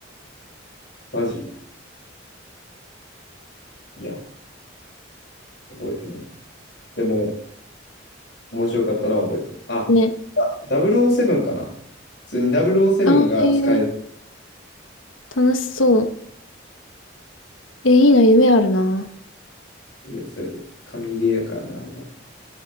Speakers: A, on the left; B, on the left.
A: マジいや、覚えてねえ。でも、面白かったな、覚えてる。あ、
B: ね。
A: あ007かな。普通に007が使える
B: あー、へえ、楽しそう。え、いいな、夢あるな。
A: いいよ、それで。神ゲーやからな、あれは。